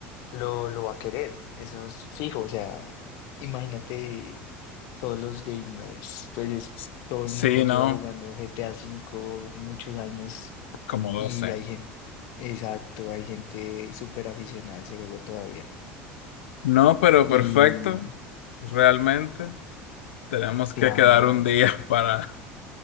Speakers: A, on the left; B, on the left.
A: lo, lo va a querer, eso es fijo, o sea, imagínate todos los gamers, pues es-
B: S-
A: todo
B: Sí,
A: el mundo lleva
B: no,
A: jugando GTA cinco muchos años
B: como doce.
A: y hay gente, exacto, hay gente súper aficionada a ese juego todavía.
B: No, pero
A: Y
B: perfecto, realmente. Tenemos
A: claro,
B: que quedar un día <laughs> para,